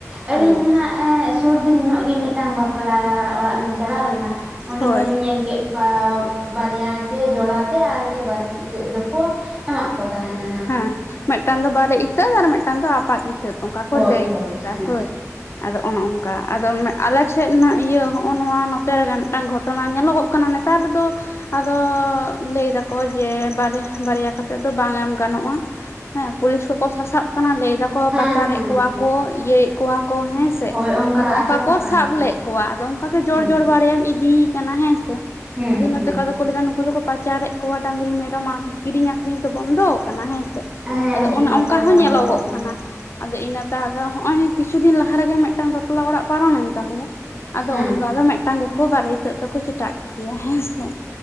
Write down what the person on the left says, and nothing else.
ᱦᱩᱸ
ᱦᱳᱭ
ᱦᱮᱸ ᱢᱤᱫᱴᱟᱝ ᱫᱚ ᱵᱟᱨᱮ ᱤᱛᱟᱹ ᱟᱨ ᱢᱤᱫᱴᱟᱝ ᱫᱚ ᱟᱯᱟᱛ ᱤᱛ <inaudible> ᱚᱱᱠᱟ ᱠᱚ
ᱞᱟᱹᱭᱮᱫ
ᱠᱮᱫᱟ
ᱦᱳᱭ ᱟᱫᱚ ᱚᱱᱮ ᱚᱱᱠᱟ ᱟᱫᱚ ᱟᱞᱮ ᱥᱮᱫ ᱱᱟ ᱤᱭᱟᱹ ᱦᱚᱜᱼᱚ ᱱᱚᱣᱟ ᱱᱚᱛᱮ ᱨᱮᱜᱮ ᱢᱤᱫᱴᱟᱝ ᱜᱷᱚᱴᱚᱱᱟ ᱧᱮᱞᱚᱜᱚᱜ ᱠᱟᱱᱟ ᱱᱮᱛ <inaudible> ᱱᱮᱛᱟᱨ ᱫᱚ ᱟᱫᱚ ᱞᱟᱹᱭ ᱫᱟᱠᱚ ᱡᱮ ᱵᱟᱨ ᱵᱟᱨᱭᱟ ᱠᱟᱛᱮᱫ ᱫᱚ ᱵᱟᱝ ᱮᱢ ᱜᱟᱱᱚᱜᱼᱟ <inaudible> ᱦᱮᱸ ᱯᱩᱞᱤᱥ ᱠᱚ ᱠᱚ ᱥᱟᱥᱟᱵ ᱠᱟᱱᱟ ᱞᱟᱹᱭ ᱫᱟᱠᱚ
ᱯᱟᱪᱟᱨᱮᱫ
ᱠᱚᱣᱟ ᱠᱚ ᱤᱭᱟᱹᱭᱮᱫ ᱠᱚᱣᱟ ᱠᱚ ᱦᱮᱸᱥᱮ
ᱟᱫᱚ
ᱚᱱᱠᱟ ᱠᱚ ᱥᱟᱵ
ᱞᱮᱫ ᱠᱚᱣᱟ ᱟᱫᱚ ᱚᱱᱠᱟ ᱜᱮ ᱡᱚᱲ
ᱡᱚᱲ ᱵᱟᱨᱭᱟᱢ ᱤᱫᱤᱭᱮ ᱠᱟᱱᱟ ᱦᱮᱸᱥᱮ
ᱟᱫᱚ ᱤᱱᱟᱹ
ᱛᱮᱠᱚ ᱟᱫᱚ ᱠᱚ ᱞᱟᱹᱭᱮᱫᱟ ᱱᱩᱠᱩ ᱫᱚᱠᱚ ᱯᱟᱪᱟᱨᱮᱫ ᱠᱚᱣᱟ ᱰᱟᱝᱨᱤ ᱢᱮᱨᱚᱢᱼᱟ ᱠᱤᱨᱤᱧ ᱟᱠᱷᱨᱤᱧ ᱛᱚ ᱵᱚᱱᱫᱚ ᱦᱮᱸᱥᱮ
ᱟᱫᱚ
ᱚᱱᱮ
ᱚᱱᱠᱟ ᱦᱚᱸ
ᱧᱮᱞᱚᱜᱚᱜ
ᱠᱟᱱᱟ ᱟᱫᱚ ᱤᱱᱟᱹ ᱛᱮ ᱟᱫᱚ ᱱᱚᱸᱜ ᱚᱭ ᱠᱤᱪᱷᱩ ᱫᱤᱱ ᱞᱟᱦᱟ ᱨᱮ ᱜᱮ ᱢᱤᱫᱴᱟᱝ ᱵᱟᱯᱞᱟ ᱚᱲᱟᱜ ᱯᱟᱨᱚᱢ ᱮᱱ ᱛᱟᱞᱮᱭᱟ ᱟᱫᱚ
ᱩᱱᱫᱚ ᱟᱫᱚ ᱢᱤᱫᱴᱟᱝ ᱜᱮᱠᱚ ᱵᱟᱨᱮ ᱤᱛᱟᱹᱜ ᱫᱚᱠᱚ ᱪᱮᱴᱟᱜ ᱠᱮᱫᱮᱭᱟ ᱦᱮᱸᱥᱮ